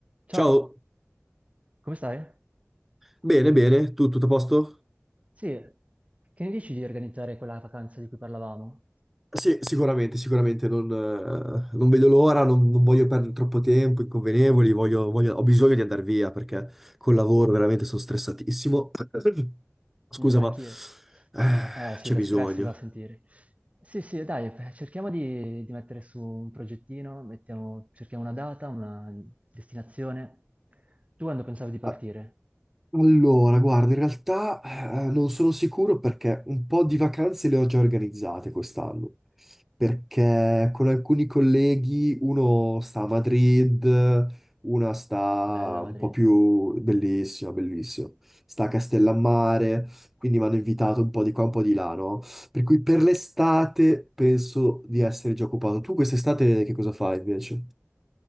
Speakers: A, on the right; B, in the centre.
A: Ciao,
B: Ciao,
A: come stai?
B: bene, bene, tu tutto a posto?
A: Sì, che ne dici di organizzare quella vacanza di cui parlavamo?
B: Sì, sicuramente, sicuramente, non, eh, non vedo l'ora, non, non voglio perdere troppo tempo, inconvenevoli, voglio- voglio- ho bisogno di andare via perché col lavoro veramente sono stressatissimo. <clears throat> <coughs> Scusa,
A: Mm, anch'io.
B: ma eh,
A: Eh sì,
B: c'è
A: lo
B: bisogno.
A: stress si va a sentire. Sì, sì, dai, beh, cerchiamo di, di mettere su un progettino, mettiamo- cerchiamo una data, una destinazione. Tu quando pensavi di partire?
B: Ah, Allora, guarda, in realtà eh, non sono sicuro perché un po' di vacanze le ho già organizzate quest'anno. perché con alcuni colleghi uno sta a Madrid, una sta
A: Bella Madrid.
B: un po' più bellissima, bellissimo, sta a Castellammare, quindi mi hanno invitato un po' di qua, un po' di là, no? Per cui per l'estate penso di essere già occupato. Tu quest'estate che cosa fai invece?